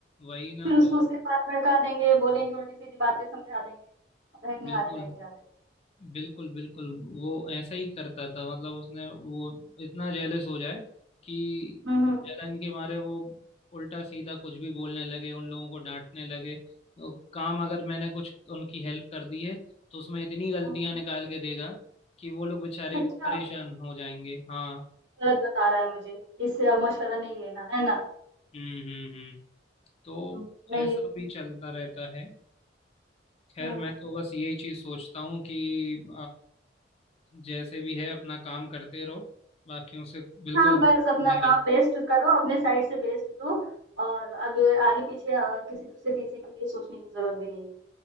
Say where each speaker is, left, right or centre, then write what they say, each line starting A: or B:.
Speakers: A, on the left; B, on the right.
A: वही ना
B: फिर उसको
A: तो
B: उसके साथ भड़का देंगे बोलेंगे उल्टी सीधी बातें समझा देंगे बहकने
A: बिल्कुल
B: वाले बहक जाते हैं।
A: बिल्कुल बिल्कुल वो ऐसा ही करता था मतलब उसने वो इतना जेलस हो जाए कि
B: हम्म हम्म
A: जलन के मारे वो उल्टा सीधा कुछ भी बोलने लगे उन लोगों को डांटने लगे तो काम अगर मैंने कुछ उनकी हेल्प कर दी है तो उसमें इतनी गलतियां
B: हम्म।
A: निकाल के देगा कि वो लोग बेचारे
B: अच्छा
A: परेशान हो जाएंगे हाँ
B: गलत बता रहा है मुझे इससे अब मशवरा नहीं लेना है ना
A: हम्म हम्म हम्म तो
B: हम्म। नहीं
A: ऐसा भी चलता रहता है खैर
B: हम्म
A: मैं तो बस यही चीज सोचता हूँ कि जैसे भी है अपना काम करते रहो बाकियों से बिल्कुल
B: हाँ बस अपना
A: नहीं
B: काम
A: रहो
B: बेस्ट करो अपने साइड से बेस्ट दो और अगले आगे पीछे अ, किसी दूसरे तीसरे के लिए सोचने की जरूरत भी नहीं